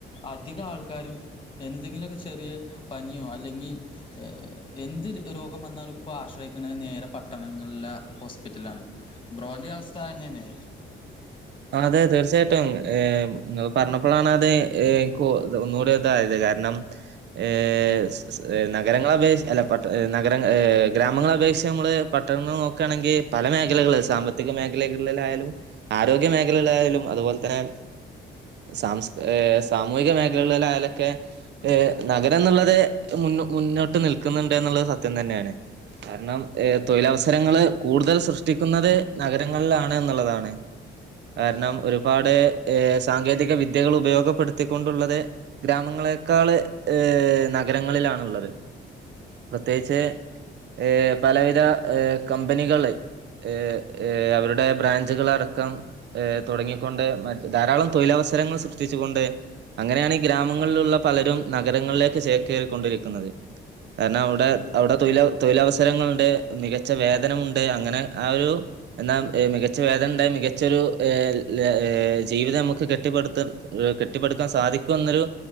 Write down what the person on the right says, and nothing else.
അതെതെ തീർച്ചയായിട്ടും ഏഹ് ഇങ്ങൾ പറഞ്ഞപ്പളാണ് അത് ഏഹ് ഇക്ക് ഒന്നുകൂടി ഇതായത് കാരണം ഏഹ് സ് സ് നഗരങ്ങളെ അപേക്ഷി അല്ല പട്ട നഗര ഏഹ് ഗ്രാമങ്ങളെ അപേക്ഷിച്ച് നമ്മള് പട്ടണങ്ങൾ നോക്കാണെങ്കി പല മേഖലകള് സാമ്പത്തിക മേഖലകളിലായാലും ആരോ ഗ്യ മേഖലകളായാലും അതുപോലെ തന്നെ സാംസ് ഏഹ് സാമൂഹിക മേഖലകളിലായാലൊക്കെ ഏഹ് നഗരന്നുള്ളത് മുന്നോ മുന്നോട്ട് നിൽക്കുന്നുണ്ടെന്നുള്ളത് സത്യം തന്നെണ്. കാരണം ഏഹ് തൊഴിലവസരങ്ങള് കൂടുതൽ സൃഷ്ടിക്കുന്നത് നഗരങ്ങളിലാണ് എന്നുള്ളതാണ്. കാരണം ഒരുപാട് ഏഹ് സാങ്കേതിക വിദ്യകൾ ഉപയോഗപ്പെടുത്തിക്കൊണ്ടുള്ളത് ഗ്രാമങ്ങളെക്കാള് ഏഹ് നഗരങ്ങളിലാണുള്ളത്. പ്രത്യേകിച്ച് ഏഹ് പലവിധ ഏഹ് കമ്പനികള് ഏഹ് ഏഹ് അവരുടെ ബ്രാഞ്ചുകളടക്കം ഏഹ് തൊടങ്ങിക്കൊണ്ട് മറ്റേ ധാരാളം തൊഴിലവസരങ്ങൾ സൃഷ്ടിച്ചുകൊണ്ട് അങ്ങനെയാണ് ഈ ഗ്രാമങ്ങളിലുള്ള പലരും നഗരങ്ങളിലേക്ക് ചേക്കേറിക്കൊണ്ടിരിക്കുന്നത്. കാരണം അവിടെ അവിടെ തൊഴില തൊഴിലവസരങ്ങളുണ്ട് മികച്ച വേതനമുണ്ട് അങ്ങനെ ആഹ് ഒരു എന്നാ മികച്ച വേദനണ്ട് മികച്ചൊരു ഏഹ് ഏഹ് ജീവിതം നമുക്ക് കെട്ടിപ്പടുത്ത ഏഹ് കെട്ടിപ്പടുക്കാൻ സാധിക്കുന്നൊരു